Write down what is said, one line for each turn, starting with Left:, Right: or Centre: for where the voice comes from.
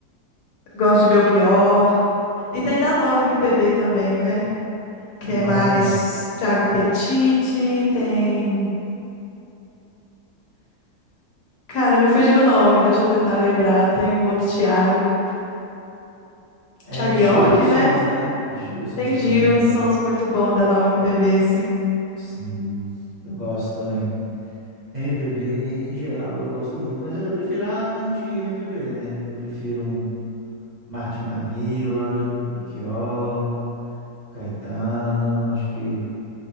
Left: Gosto de Belchior. E tem da Nova MPB também, né? Que
Right: A nova.
Left: é mais Thiago Petiti, tem. Cara, me fugiu o nome, deixa eu tentar lembrar. Tem um outro Thiago.
Right: É
Left: Thiago
Right: Gilsons,
Left: York, né?
Right: né? Gilsons
Left: Tem
Right: também
Left: o Gilsons,
Right: é meio.
Left: muito bom da Nova MPB, assim.
Right: Sim, eu gosto também. MPB em geral eu gosto muito, mas ainda prefiro a antiga MPB, né? Ainda prefiro um Martin da Vila, Belchior, Caetano, acho que